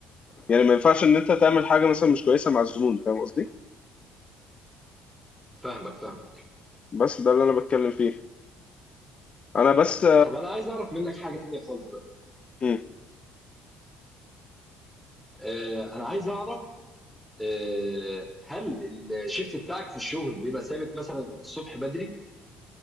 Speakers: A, on the left (about 35°); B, in the centre.
A: يعني ما ينفعش ان انت تعمل حاجه مثلا مش كويسه مع الزبون فاهم قصدي
B: فاهمك، فاهمك.
A: بس ده اللي انا بتكلم فيه انا بس
B: طب أنا عايز أعرف منّك حاجة تانية خالص بقى،
A: آه،
B: آآ أنا عايز أعرف آآ هل الShift بتاعك في الشغل بيبقى ثابت مثلًا الصبح بدري؟